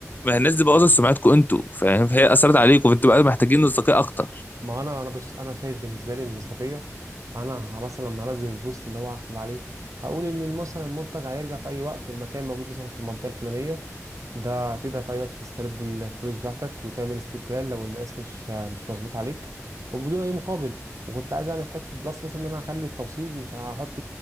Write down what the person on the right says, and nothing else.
ما هو انا انا بص انا شايف بالنسبه لي المصداقيه انا مثلا لما انزل البوست اللي هو هكتب عليه هقول ان مثلا المنتج هيرجع في اي وقت المكان موجود مثلا في المنطقه الفلانيه ده تقدر في اي وقت تسترد الفلوس بتاعتك وتعمل استبدال لو المقاس مش مش مظبوط عليك وبدون اي مقابل وكنت عايز اعمل حته بلس مثلا ان انا هخلي التوصيل مش هحط